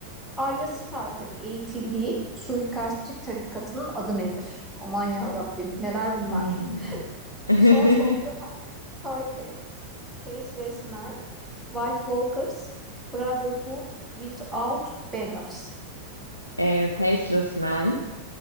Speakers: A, in the centre; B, on the left.
A: Arya Stark'ın eğitildiği suikastçı tarikatının adı nedir? Aman ya Rabbim, neler bunlar?
B: Hmm. <laughs>
A: Sons of the Purple, Faceless Men, White Walkers, Brotherhood Without Banners.
B: Eee, Faceless Man.